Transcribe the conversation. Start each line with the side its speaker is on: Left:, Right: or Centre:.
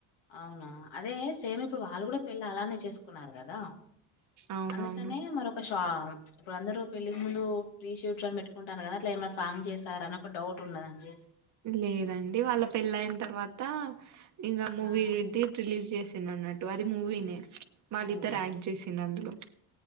Left: అవునా! అదే సేమ్ ఇప్పుడు వాళ్ళు కూడా పెళ్ళి అలానే చేసుకున్నారు కదా
Right: అవునవును
Left: అందుకనే మరొక ష ఇప్పుడు అందరూ పెళ్లిి ముందు ఫ్రీ షూట్ అని పెట్టుకుంటారు కదా అట్లా ఏమైనా సాంగ్ చేశార అని ఒక డౌట్ ఉన్నదండి.
Right: లేదండి వాళ్ళ పెళ్ళైన తర్వాత అ ఇంకా మూవీది
Left: ఆ!
Right: రిలీజ్ చేసాను అన్నట్టు అది మూవీనే వాళ్ళిద్దరు
Left: మూవీనే.
Right: యాక్ట్ చేసింది అందులో